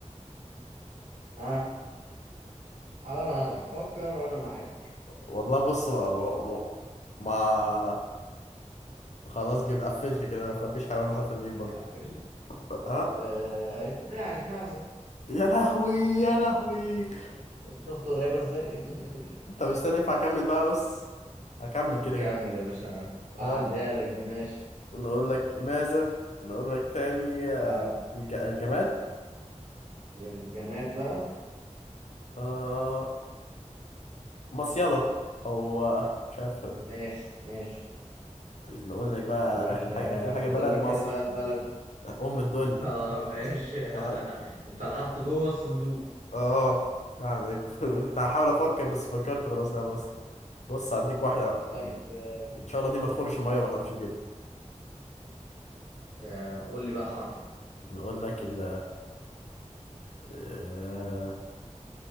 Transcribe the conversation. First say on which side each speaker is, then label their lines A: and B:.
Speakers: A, on the right; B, on the left.
A: ها على مهلك فكر وانا معاك
B: والله بص ما ما, ما ما- خلاص جبت قفلت كده ما فيش حيوان بحرف الميم برضه
A: قفل
B: اه
A: آه هي- ماعز ماعز
B: يا لهوي يا لهوي
A: شفت قريبه ازاي <laughs>
B: طب استنى ينفع اكمل بقى بص هكمل كده
A: كمل
B: كده
A: يا باشا هعديها
B: آه
A: لك دي ماشي
B: نقول لك ماذا نقول لك تاني آه،
A: اه
B: الج... الجماد
A: الجماد بقى
B: آه مصيدة او آه، مش عارف
A: ماشي ماشي
B: نقول لك بقى
A: وال
B: اخر حاجة
A: آه،
B: اخر حاجة
A: فاضل
B: بلد
A: لك
B: مصر
A: كده بقى البلد
B: ام الدنيا
A: اه ماشي
B: مصر.
A: <laughs>
B: اه
A: انت لعبت جوه الصندوق
B: آه، يعني <laughs> كنت هحاول افكر بس فكرت خلاص لا مصر بص هديك واحدة بقى
A: طيب آه،
B: ان شاء الله دي ما تخورش المية وما تعرفش تجيبها
A: آه قول لي بقى حرف
B: نقول لك ال آه،